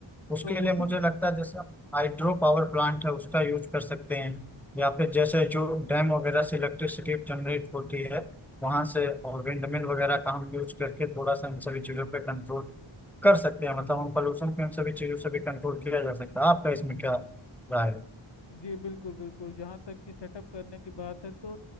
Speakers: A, in the centre; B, on the left (about 60°).
A: उसके
B: तो
A: लिए
B: उसी
A: मुझे लगता है जैसे हाइड्रो पावर प्लांट है उसका यूज कर सकते हैं या फिर जैसे जो डैम वगैरह से इलेक्ट्रिसिटी जनरेट होती है वहां से और विंडमिल वगैरह का हम यूज करके थोड़ा सा इन सभी चीजों पे कंट्रोल कर सकते हैं मतलब हम पोल्यूशन पे इन सभी चीजों से भी कंट्रोल किया जा सकता है आपका इसमें क्या राय है
B: जी बिल्कुल बिल्कुल जहाँ तक कि सेटअप करने की बात है तो